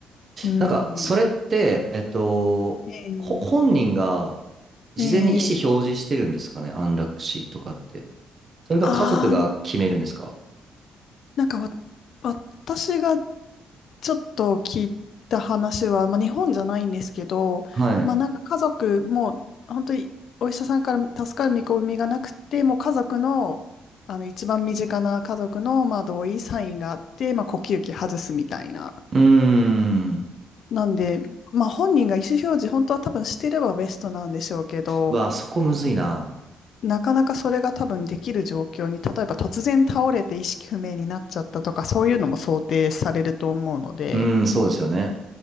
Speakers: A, on the left (about 65°); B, on the right (about 40°).
A: うん。
B: なんか、それって、えっと、
A: ええ
B: ほ、本人が事前に意思表示してるんですかね、
A: ええ
B: 安楽死とかって。それか家族が決めるんですか
A: ああなんかわ、私がちょっと聞いた話は、まあ、日本じゃないんですけど、
B: はい。
A: まあ、なんか家族も本当にお医者さんから助かる見込みがなくてもう家族の、あの一番身近な家族の、まあ、同意サインがあって、まあ、呼吸器外すみたいな。
B: うーん。
A: なんで、まあ、本人が意思表示本当は多分してればベストなんでしょうけど、
B: うわあ、そこむずいな。
A: なかなかそれが多分できる状況に、例えば突然倒れて意識不明になっちゃったとか、そういうのも想定されると思うので、
B: うーん、そうですよね。